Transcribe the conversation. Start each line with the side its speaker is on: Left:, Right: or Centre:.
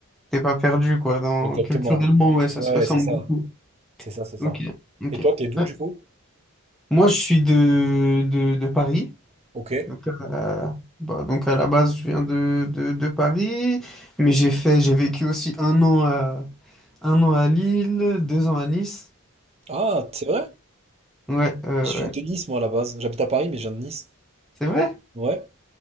Centre: T'es pas perdu, quoi. Dans...
Right: Exactement.
Centre: Culturellement, ouais, ça
Right: Ouais,
Centre: se ressemble
Right: c'est ça.
Centre: beaucoup.
Right: C'est ça, c'est ça.
Centre: Ok, ok.
Right: Et toi, t'es d'où
Centre: Ouais.
Right: du coup?
Centre: Moi, je suis de, de, de Paris.
Right: Ok.
Centre: Donc, euh, bah, donc à la base, je viens de, de, de Paris, mais j'ai fait, j'ai vécu aussi un an à, un an à Lille, deux ans à Nice.
Right: Ah, c'est vrai?
Centre: Ouais, euh,
Right: Je
Centre: ouais.
Right: viens de Nice, moi, à la base. J'habite à Paris, mais je viens de Nice.
Centre: C'est vrai?
Right: Ouais.